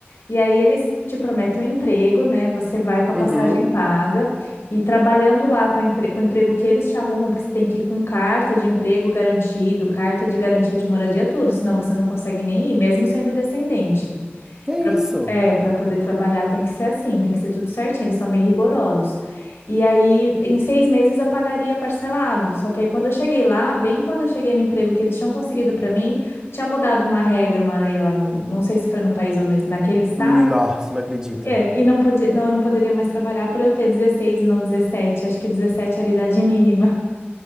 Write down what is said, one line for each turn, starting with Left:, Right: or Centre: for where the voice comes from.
Left: E aí eles te prometem um emprego, né? Você vai com a passagem
Right: uhum.
Left: paga e trabalhando lá com, a empre- com o emprego que eles te arrumam, porque você tem que ir com carta de emprego garantido, carta de garantia de moradia, tudo, senão você não consegue nem ir, mesmo sendo descendente.
Right: Que
Left: Pra-
Right: isso?
Left: É, para poder trabalhar tem que ser assim, tem que ser tudo certinho, eles são bem rigorosos. E aí, em seis meses eu pagaria parcelado. Só que aí, quando eu cheguei lá, bem quando eu cheguei no emprego que eles tinham conseguido para mim, tinha mudado uma regra, uma lei lá no, não sei se foi no país ou no- naquele estado,
Right: Nossa, não acredito.
Left: é, e não podia, não, eu não poderia mais trabalhar para eu ter 16 e não dezessete Acho que 17 era a idade mínima. <laughs>